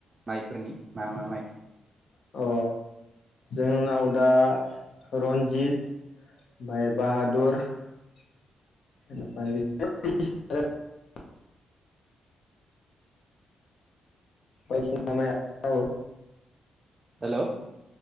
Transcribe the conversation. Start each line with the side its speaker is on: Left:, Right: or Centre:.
Right: माइफोरनि मा मा माइ
Left: अ जोंनाव दा रन्जित ओमफाय बाहादुर बेनिफ्राय <unintelligible> बायदिसिना माइ आबाद मावो
Right: हेल'